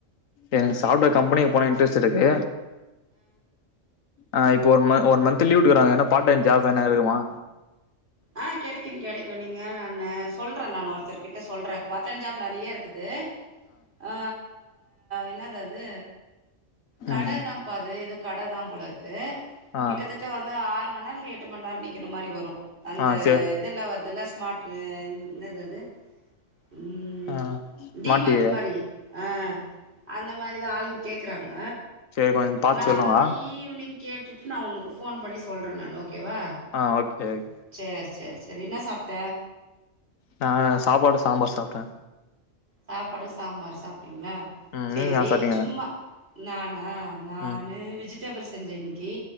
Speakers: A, on the left; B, on the right.
A: எனக்கு சாஃப்ட்வேர் கம்பெனிக்கு போனோ இன்ட்ரெஸ்ட் இருக்கு ஆ இப்ப ஒரு மந் ஒன் மந்த் லீவ் உட்டுக்குறாங்க ஏன்னா பார்ட் டைம் ஜாப் எத்னா இருக்குமா
B: ஆ கிடைக்கும் கிடைக்கும் நீங்க நான்னு சொல்றே நான் ஒருத்தர்க் கிட்ட சொல்றே பார்ட் டைம் ஜாப் நறையா இருக்குது ஆ என்னது அது கடதான்பா
A: ம்
B: அது எதோ கட தான் போல இருக்கு
A: ஆ
B: கிட்டத்தட்ட வந்து ஆறு மண் நேரோ இல்ல எட்டு மண் நேரோ நிக்கிற மாரி வரு அந்த
A: ஆ சரி
B: இதெல்லா வருதுல்ல ஸ்மார்ட் என் என்னது அது ம்
A: ஆ
B: டிமாட்டு
A: மாட்டியே
B: மாரி ஆ அந்த மாரிதா ஆளுங்க கேக்குறாங்க
A: சரி கொஞ்ச பாத்து
B: நா
A: சொல்லுங்க
B: வந்து ஈவினிங் கேட்டுட்டு நா உனக்கு போன் பண்ணி சொல்றே நான் ஓகேவா
A: ஆ ஓகே ஓகே
B: சேர் சேர் செரி என்ன சாப்ட்ட
A: நா சாப்பாடு சாம்பார் சாப்ட்ட
B: சாப்பாடு சாம்பார் சாப்ட்டீங்களா
A: ம்
B: சரி
A: நீங்க என்ன சாப்ட்டீங்க
B: சும்மா நானா நான்
A: ம்
B: வெஜிடேபிள் செஞ்ச இன்னைக்கி